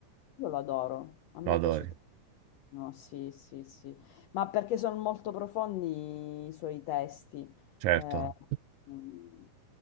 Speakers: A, on the left; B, on the right.
A: Io l'adoro, a me
B: Lo adori,
A: piace tantissimo, sì, sì, sì, ma perché sono molto profondi i suoi testi.
B: certo.
A: Eh, mh,